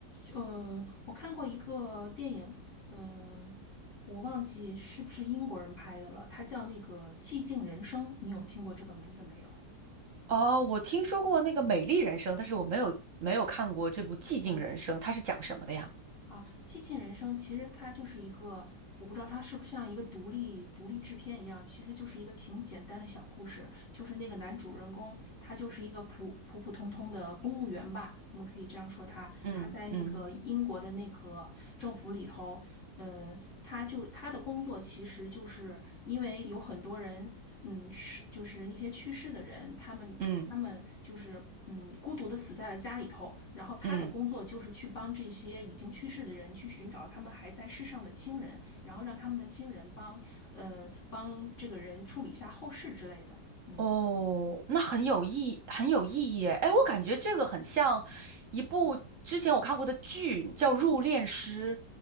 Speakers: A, on the left; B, on the right.
A: 呃，我看过一个电影，嗯，我忘记是不是英国人拍的了，它叫那个《寂静人生》，你有听过这个名字没有？
B: 哦，我听说过那个《美丽人生》，但是我没有没有看过这部《寂静人生》，
A: 啊？
B: 它是讲什么的呀？
A: 啊，《寂静人生》其实它就是一个，我不知道它是不是像一个独立独立制片一样，其实就是一个挺简单的小故事。就是那个男主人公，他就是一个普普普通通的公务员吧，我们可以这样说他。
B: 嗯嗯
A: 他在那个英国的那个政府里头，呃，他就他的工作其实就是因为有很多人，嗯，是就是那些去世的人，他们他们就是嗯，
B: 嗯
A: 孤独的死在了家里头。然后他的工作就是去帮这些已经去世的人去寻找他们还在世上的亲人，
B: 嗯。
A: 然后让他们的亲人帮呃帮这个人处理一下后事之类的。嗯
B: 哦，那很有意，很有意义耶。哎，我感觉这个很像一部之前我看过的剧，叫《入殓师》，